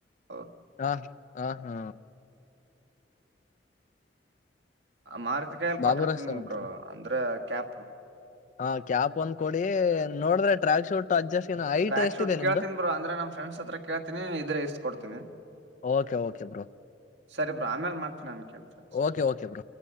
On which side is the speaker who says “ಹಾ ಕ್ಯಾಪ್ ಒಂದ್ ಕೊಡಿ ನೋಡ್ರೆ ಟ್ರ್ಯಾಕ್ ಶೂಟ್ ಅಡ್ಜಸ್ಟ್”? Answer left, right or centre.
Left